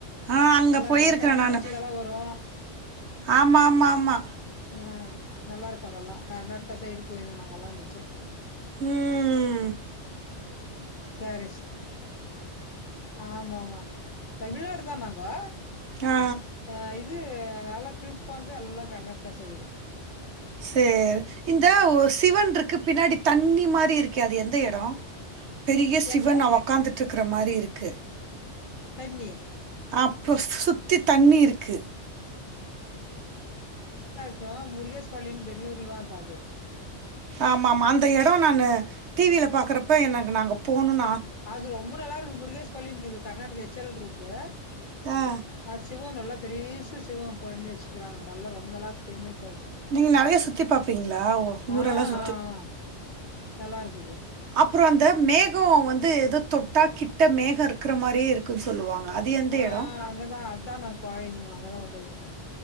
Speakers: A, on the right; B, on the left.
A: ஆ அங்கே
B: நல்லா இருக்கா
A: போயிருக்கிறேன்
B: தண்ணி
A: நான்
B: மூச்சிக எல்லாம் வரும்
A: ஆமா ஆமா ஆமா
B: ஆஹ் நல்லா இருக்கு அதெல்லாம் கர்நாடகா சைடு போயிருந்தங்க நாங்கெல்லாம் நல்லா இந்துச்சி
A: உம்
B: கேரிஸ் ஆமா ஆமா தமிழ்நாடு தா நாங்கோ
A: ஆ
B: அன் இது இது நல்லா ட்ரிப் வந்து எல்லா கர்நாடகா சைடு
A: சரி இந்த சிவன் இருக்கு பின்னாடி தண்ணி மாரி இருக்கே அது எந்த இடம் பெரிய சிவன்
B: எங்க
A: உக்காந்துட்டு இருக்கிற மாரி இருக்கு
B: தண்ணி
A: அப் <unintelligible> சுத்தி தண்ணி இருக்கு
B: தோ முருகேஸ்பள்ளின்னு பெங்களூர்ல தான் இருக்குகா அது
A: ஆமா ஆமா அந்த இடம் நான் டிவியில பாக்கறப்ப எனக்கு நாங்க போணும் ன்னு
B: அது ரொம்ப நல்லா இருக்குது முருகேஷ் பள்ளிக்கு இது கர்நாடக எச் ல் ரூட்டு
A: ஆ
B: அ சிவம் நல்லா பெரிசு சிவம் பண்ணிவச் ரொம்ப நல்லா இக்கு பேமன்ஸ்
A: நீங்க நிறைய சுத்தி பார்ப்பீங்களா ஓ,
B: ஆஹ்
A: ஊரெல்லாம்
B: நல்லா இருக்கு
A: அப்றம் அந்த மேகம் வந்து ஏதோ தொட்டா கிட்ட மேகம் இருக்கிற மாரியே இருக்குன்னு சொல்லுவாங்க அது எந்த
B: ஆஹ
A: இடம்
B: அங்கதா அதா நாங்க போயிருந்தோ அங்கதா ஒரு டைம்மு.